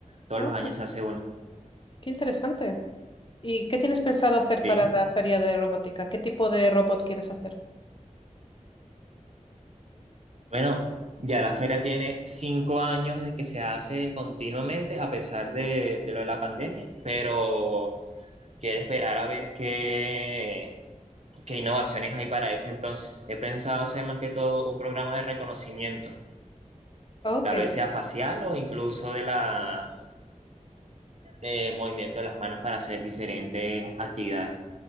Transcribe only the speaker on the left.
Ah,
qué interesante. ¿Y qué tienes pensado hacer
para la feria de robótica? ¿Qué tipo de robot quieres hacer?
Ok,